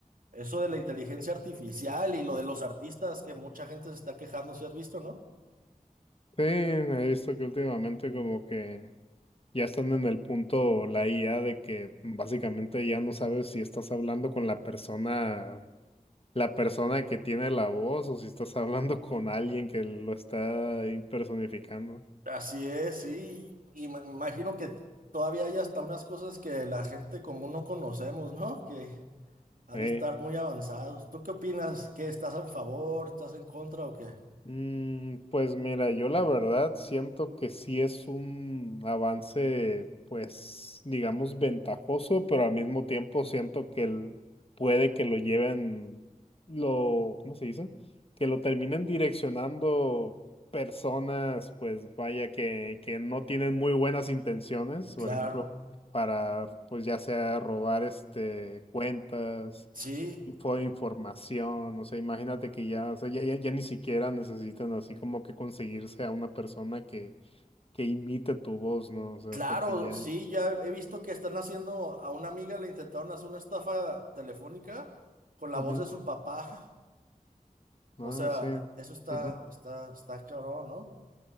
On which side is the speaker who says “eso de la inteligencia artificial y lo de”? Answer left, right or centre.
Right